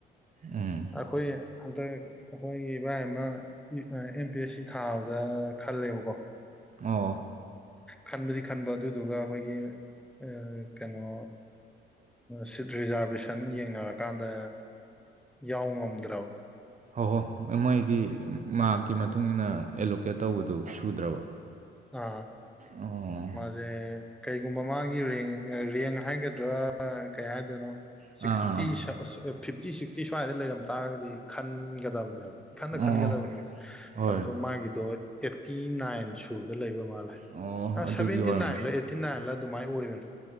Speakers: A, on the right (about 40°); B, in the centre.
A: ꯎꯝ
B: ꯑꯩꯈꯣꯏ ꯍꯟꯗꯛ ꯑꯩꯈꯣꯏꯒꯤ ꯏꯕꯥꯏ ꯑꯃ ꯑꯦꯝ ꯄꯤ ꯑꯦꯁ ꯁꯤ ꯊꯥꯕꯗ ꯈꯜꯂꯦꯕꯀꯣ
A: ꯑꯣ
B: ꯈꯟꯕꯗꯤ ꯈꯟꯕ ꯑꯗꯨꯗꯨꯒ ꯑꯩꯈꯣꯏꯒꯤ ꯑ ꯀꯩꯅꯣ ꯁꯤꯠ ꯔꯤꯖꯥꯔꯚꯦꯁꯟ ꯌꯦꯡꯅꯔꯀꯥꯟꯗ ꯌꯥꯎ ꯉꯝꯗ꯭ꯔꯕ
A: ꯍꯣꯏ ꯍꯣꯏ ꯃꯣꯏꯒꯤ ꯃꯥꯔꯛꯀꯤ ꯃꯇꯨꯡ ꯏꯟꯅ ꯑꯦꯂꯣꯀꯦꯠ ꯇꯧꯕꯗꯨ ꯁꯨꯗ꯭ꯔꯕ
B: ꯑ
A: ꯑꯣ
B: ꯃꯥꯁꯦ ꯀꯩꯒꯨꯝꯕ ꯃꯥꯒꯤꯦꯡ ꯔꯦꯡ ꯍꯥꯏꯒꯗ꯭ꯔꯥ ꯀꯩ ꯍꯥꯏꯗꯣꯏꯅꯣ ꯁꯤꯛꯁꯇꯤ
A: ꯑꯥ
B: ꯐꯤꯞꯇꯤ ꯁꯤꯛꯁꯇꯤ ꯁ꯭ꯋꯥꯏꯗ ꯂꯩꯔꯝ ꯇꯥꯔꯒꯗꯤ ꯈꯟꯒꯗꯕꯅꯦꯕ ꯏꯈꯟꯗ
A: ꯑꯥ ꯑꯣ
B: ꯈꯟꯒꯗꯕꯅꯦꯕ
A: ꯑꯣ ꯍꯣꯏ
B: ꯑꯗꯣ ꯃꯥꯒꯤꯗꯣ ꯑꯦꯠꯇꯤ ꯅꯥꯏꯟ ꯁꯨꯕꯗ ꯂꯩꯕ ꯜꯂꯦ
A: ꯑꯣ ꯑꯗꯨꯒꯤ
B: ꯁꯚꯦꯟꯇꯤ
A: ꯑꯣꯏꯔꯝ
B: ꯅꯥꯏꯟꯂ ꯑꯩꯠꯇꯤ ꯅꯥꯏꯟꯂ ꯑꯗꯨꯃꯥꯏꯅ ꯑꯣꯏꯕꯅꯤ